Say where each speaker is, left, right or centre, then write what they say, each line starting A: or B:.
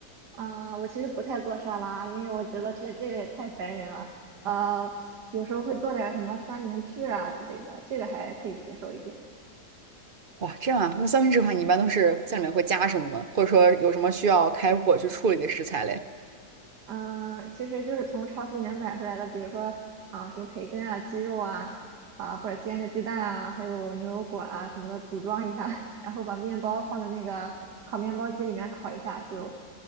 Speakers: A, on the right; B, on the right.
A: 啊，我其实不太做沙拉，因为我觉得这这个也太白人了。呃，有时候会做点什么三明治啊之类的，这个还可以接受一点。
B: 哇，这样啊，那三明治的话，你一般都是在里面会加什么吗？或者说有什么需要开火去处理的食材嘞？
A: 嗯，呃其实就是从超市里面买回来的，比如说啊、什么培根啊、鸡肉啊，啊、或者煎个鸡蛋啊，还有牛油果啊什么的，组装一下，<laughs> 然后把面包放在那个烤面包机里面烤一下，就